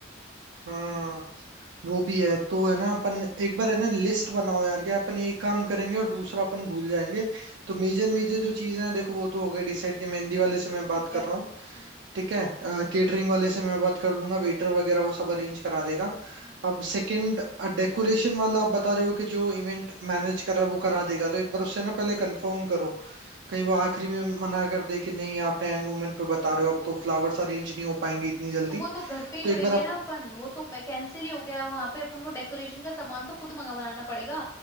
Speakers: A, on the right (about 65°); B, on the left (about 15°).
A: हम्म वो भी है तो है ना अपन एक बार है ना लिस्ट बनाओ यार क्या अपन एक काम करेंगे और दूसरा अपन भूल जाएंगे तो मेजर मेजर जो चीजें हैं देखो वो तो हो गई डिसाइड कि मेहंदी वाले से मैं
B: ठीक
A: बात कर
B: है हम्म
A: रहा हूँ
B: हम्म
A: ठीक है केटरिंग वाले से मैं बात कर लूंगा वेटर वगैरह वो सब अरेंज करा देगा
B: हम्म
A: अब सेकंड डेकोरेशन वाला आप बता रहे हो कि जो इवेंट मैनेज कर रहा है वो करा देगा तो एक बार उससे ना पहले कंफर्म करो कहीं वो आखिरी में मना कर दे कि नहीं आपने एंड मोमेंट पे बता रहे हो अब तो फ्लावर्स अरेंज नहीं हो पाएंगे इतनी जल्दी
B: तो वो तो घर पे ही
A: तो
B: करेंगे
A: एक बार आप
B: ना अपन वो तो कैंसिल ही हो गया वहां पे अपन को डेकोरेशन का सामान तो खुद मंगवाना पड़ेगा